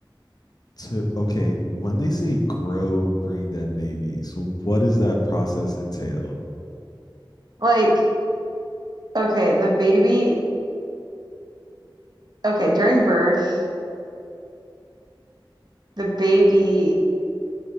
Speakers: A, on the left; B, on the right.
A: To, okay, when they say grow brain dead babies, what does that process entail?
B: Like, okay, the baby, okay, during birth, the baby